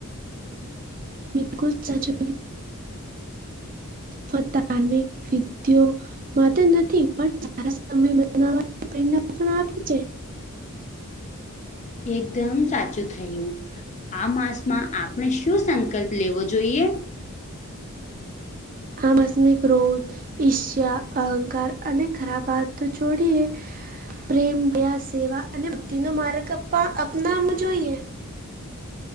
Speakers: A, on the right (about 40°); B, on the left (about 30°).
A: બિલકુલ સાચો મા ધાર્મિક વિઓ માત્ર નથી પણ સારા સમય બનાવાની પ્રેરણા પણ આપે છે.
B: એકદમ સાચું થયું. આ માસમાં આપણે શું સંકલ્પ લેવો જોઈએ?
A: આમસમીક રોું ઈષ્ય અહંકાર અને ખરાબ વાત તો છોડીએ પ્રેમ સેવા અને બ ન મારક અપનામ જોઈએ.